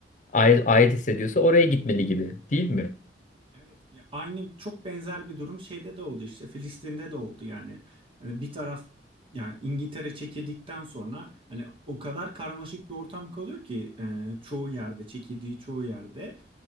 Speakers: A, on the left; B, on the right.
A: ait, ait hissediyorsa oraya gitmeli gibi değil mi?
B: Evet, ya aynı çok benzer bir durum şeyde de oldu işte Filistin'de de oldu yani. Hani bir taraf yani İngiltere çekildikten sonra hani o kadar karmaşık bir ortam kalıyor ki e, çoğu yerde çekildiği çoğu yerde.